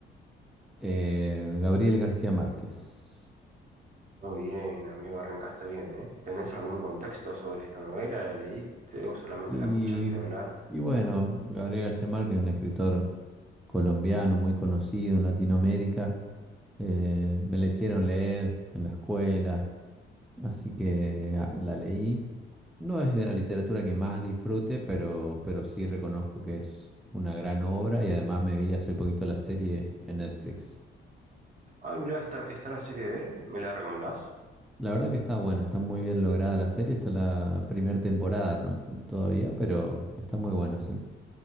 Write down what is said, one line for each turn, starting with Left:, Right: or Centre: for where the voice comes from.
Centre: eh, Gabriel García Márquez.
Right: Muy bien, amigo, arrancaste bien, ¿eh? ¿Tenés algún contexto sobre esta novela? ¿La leíste o solamente
Centre: Y,
Right: la escuchaste hablar?
Centre: y bueno, Gabriel García Márquez, un escritor colombiano muy conocido en Latinoamérica, eh, me la hicieron leer en la escuela, así que ah, la leí. No es de la literatura que más disfrute, pero, pero sí reconozco que es una gran obra y además me vi hace poquito la serie en Netflix.
Right: Ay, mirá, está, está la serie de él, ¿me la recomendás?
Centre: La verdad que está buena, está muy bien lograda la serie, está la primera temporada, ¿no? Todavía, pero está muy buena, sí.